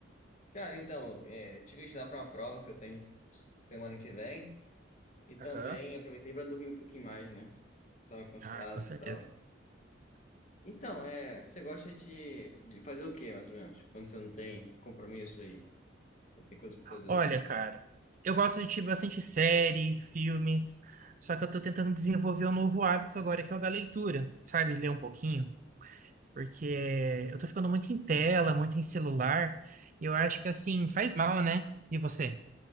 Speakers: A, on the left; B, on the right.
A: Cara, então, é, tive que estudar para uma prova que eu tenho semana que vem. E também
B: Aham.
A: aproveitei para dormir um pouquinho mais, né? Tava cansado
B: Ah, com certeza.
A: e tal. Então, é, você gosta de, de fazer o quê, mais ou menos? Quando você não tem compromisso aí, não tem coisa pra fazer.
B: Olha, cara, eu gosto de assistir bastante série, filmes, só que eu tô tentando desenvolver um novo hábito agora, que é o da leitura, sabe? Ler um pouquinho, porque eh, eu tô ficando muito em tela, muito em celular, e eu acho que assim, faz mal, né? E você?